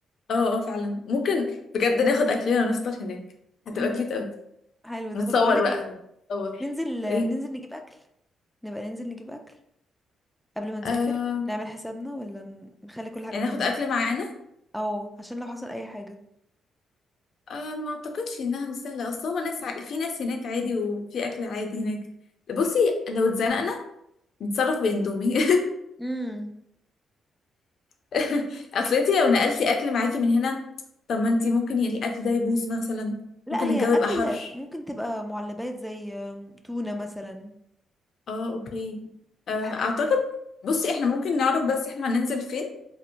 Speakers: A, on the left; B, in the centre.
A: اه اه فعلا ممكن بجد ناخد اكلنا ونفطر هناك هتبقى
B: امم
A: كيوت قوي
B: حلو
A: نتصور
B: ده طب بقولك
A: بقى
B: ايه
A: نتصور
B: ننزل ننزل
A: ايه
B: نجيب اكل نبقى ننزل نجيب اكل قبل ما نسافر
A: آه
B: نعمل حسابنا ولا نخلي كل حاجه
A: يعني
B: من
A: ناخد
B: هناك
A: اكل معانا
B: او عشان لو حصل اي حاجه
A: أه ما اعتقدش انها مش سهله اصل هما ناس ع... في ناس هناك عادي وفي اكل عادي هناك بصي لو اتزنقنا نتصرف باندومي
B: امم
A: <laughs> اصل انتي لو نقلتي اكل معاكي من هنا طب ما انتي ممكن يعني الاكل ده يبوظ مثلا
B: لا
A: ممكن
B: هي
A: الجو
B: اكل
A: يبقى حر
B: ممكن تبقى معلبات زي آم، تونة مثلا
A: اه اوكي أه
B: الحاجات
A: اعتقد
B: دي
A: بصي احنا ممكن نعرف بس احنا هننزل فين